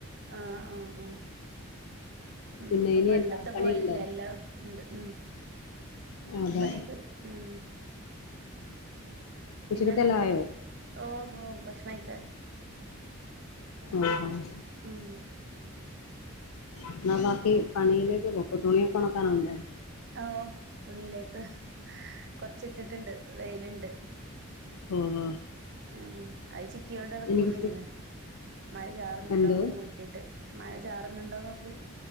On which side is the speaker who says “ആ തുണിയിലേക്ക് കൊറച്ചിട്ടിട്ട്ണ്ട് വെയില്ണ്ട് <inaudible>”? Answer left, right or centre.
Right